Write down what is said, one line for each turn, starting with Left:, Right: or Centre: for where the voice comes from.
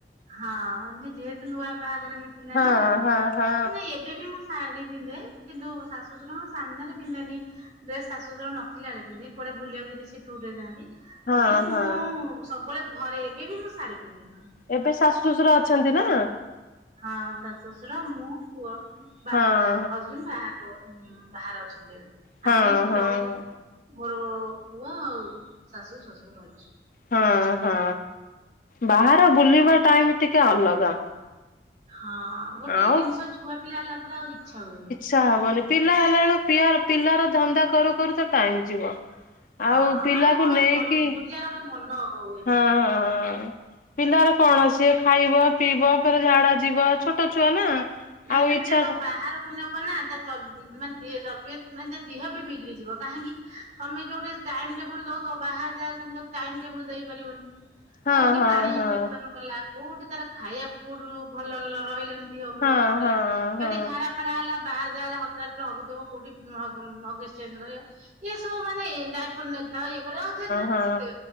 Right: ହଁ ଯେହେତୁ ନୂଆ ବାହାଘର ହେଇଥିଲା
Left: ହଁ
Right: ନା।
Left: ହଁ ହଁ।
Right: ନାଇଁ ଏବେ ବି ମୋ ଶାଢୀ ପିନ୍ଧେ କିନ୍ତୁ ଶାଶୁ ଶଶୁରଙ୍କ ସାମ୍ନା ରେ ପିନ୍ଧେନି। ଡ୍ରେସ୍ ଶାଶୁୁ ଶଶୁର ନଥିଲା ବେଳେ ପିନ୍ଧେ। କୁଆଡେ ବୁଲିବାକୁ ଯଦି ସେ ଟୁର୍ ରେ ଯାଆନ୍ତି।
Left: ହଁ
Right: ନହେଲେ ମୁଁ
Left: ହଁ
Right: ସବୁବେଳେ ଘରେ ଏବେ ବି ମୁଁ ଶାଢୀ ପିନ୍ଧେ।
Left: ଏବେ ଶାଶୁ ଶ୍ୱଶୁର ଅଛନ୍ତି ନା?
Right: ହଁ ଶାଶୁ ଶଶୁର ମୁଁ ପୁଅ
Left: ହଁ
Right: ବାବ୍ ହଜବେଣ୍ଟେ ବାହାରେ ରୁହନ୍ତି। ହୁଁ ବାହାରେ ଅଛନ୍ତି ଏବେ
Left: ହଁ
Right: ଆମେ ଏଠି
Left: ହଁ।
Right: ଚଳୁଚୁ। ମୋରୋ ପୁଅ ଆଉ ଶାଶୁ ଶଶୁର ରହିଚୁ।
Left: ହଁ ହଁ ବାହାର ବୁଲିବା ଟାଇମ ଟିକେ ଅଲଗା।
Right: ହଁ ଗୋଟେ
Left: ଆଉ
Right: ଜିନିଷ ଛୁଆ ପିଲା ହେଲା ପରେ ଆଉ ଇଚ୍ଛା ହୁଏନି।
Left: ଇଛା ହବନି ପିଲା ହେଲା ଏଳୁକୁ ପିଆର ପିଲାର ଧନ୍ଦା କରୁ କରୁ ତ ଟାଇମ ଯିବ।
Right: ହଁ
Left: ଆଉ ପିଲାକୁ
Right: କଣ
Left: ନେଇକି
Right: ବୁଲିବାର ଗୋଟେ ମନ ହୁଏନି
Left: ହଁହଁ। ପିଲାର କଣ ସିଏ ଖାଇବ ପିଇବ ଫେରେ ଝାଡା ଯିବ। ଛୋଟ ଛୁଆ ନା।
Right: ନାଇଁ
Left: ଆଉ
Right: ତମେ
Left: ଇଚ୍ଛା
Right: ଯେ ତାକୁ ବାହାର କୁ ନବ ନା ତା ତବ ମାନେ ଇଏ ତବିୟତ ମାନେ ତା ଦିହ ବି ବିଗିଡିଯିବ। କାହିଁକି? ତମେ ଯୋଉଟି ଟାଇମ ଟେବୁଲ ଦଉଥବ ବାହାର ଜାଗାରେ ତମେ ତାକୁ ଟାଇମ ଟେବୁଲ ଦେଇପାରିବନି।
Left: ଟା
Right: କୋଉଠି
Left: ହଁ
Right: ପାଣି ଇମଫେକ୍ସନ
Left: ହଁ
Right: କଲା। କୋଉଠି ତାର ଖାଇବା ଫୁଡୁ ଭଲ ଲ ରହିଲାନି ଦିହ ମୁଣ୍ଡ
Left: ହଁ
Right: କଁ ହେଲା
Left: ହଁ
Right: ଯଦି
Left: ହଁ
Right: ଝାଡା ଝାଡା ହେଲା ବାହାର ଜାଗାରେ ହଜାର ଥର ହଗୁଥବ କୋଉଠି ହ - ହଗିସ ଚେଞ୍ଜ କରିବ। ଇଏ ସବୁ ମାନେ ଏ ଡାଇପର ନେଇଥାଅ ଇଏ କର <unintelligible> ଯେମତି
Left: ହଁ।
Right: ସେୟା।